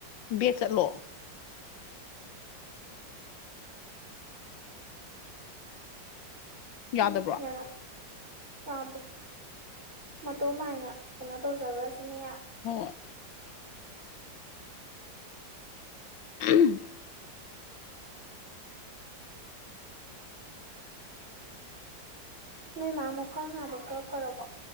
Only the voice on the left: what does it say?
ꯕꯦꯛ ꯆꯠꯂꯣ
ꯌꯥꯗꯕ꯭ꯔꯣ
ꯍꯣꯏ <unintelligible>